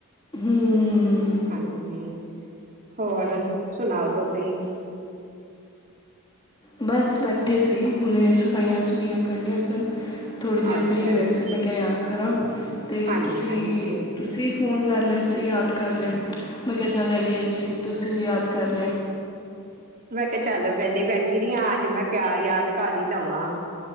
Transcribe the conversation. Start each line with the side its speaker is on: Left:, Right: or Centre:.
Left: ਹੂੰ
Right: ਹਾਂਜੀ। ਹੋਰ ਸੁਣਾਓ ਤੁਸੀਂ?
Left: ਬਸ ਬੈਠੇ ਸੀ ਹੁਣੇ ਸਫਾਈਆਂ ਸਫੂਈਆਂ ਕਰਨੀਆਂ ਸਨ। ਥੋੜੀ ਦੇਰ
Right: ਅੱਛਾ
Left: ਫਰੀ ਹੋਏ
Right: ਅੱਛਾ
Left: ਸੀ ਮੈਂ ਕਿਆ ਯਾਦ ਕਰਾਂ। ਤੇ
Right: ਹਾਂਜੀ
Left: ਤੁਸੀ
Right: ਹਾਂਜੀ
Left: ਤੁਸੀਂ ਫੋਨ ਕਰ ਲਿਆ ਅ ਯਾਦ ਕਰ ਲਿਆ ਮੈਂ ਕਿਹਾ ਚੱਲ ਇਹ ਵੀ ਅੱਛਾ ਕਿ ਤੁਸੀਂ ਉਹ ਯਾਦ ਕਰ ਲਿਆ।
Right: ਆ ਚੱਲ ਵਿਹਲੀ ਬੈਠੀ ਰਹੀ ਆ ਆੱਜ ਮੈਂ ਪਿਆ ਯਾਦਗਾਰੀ ਹੀ ਲਵਾਂ।